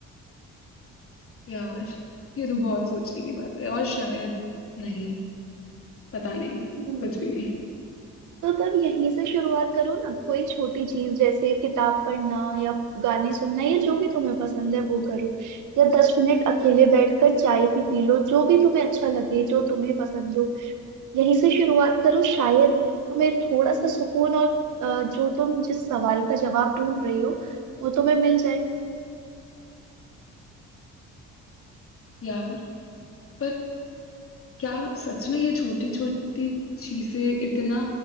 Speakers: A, on the left; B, on the right.
A: यार ये तो बहुत सोचने की बात है और शायद नहीं पता नहीं
B: हम्म
A: कुछ भी नहीं
B: तो तब यहीं से शुरुआत करो ना कोई छोटी चीज जैसे किताब पढ़ना या गाने सुनना या जो भी तुम्हें पसंद है वो करो या दस मिनट अकेले बैठकर चाय ही पी लो जो भी तुम्हें अच्छा लगे जो तुम्हें पसंद हो यहीं से शुरुआत करो शायद तुम्हें थोड़ा सा सुकून और अ, जो तुम जिस सवाल का जवाब ढूंढ रही हो वो तुम्हें मिल जाए
A: यार पर क्या सच में ये छोटी छोटी चीजें इतना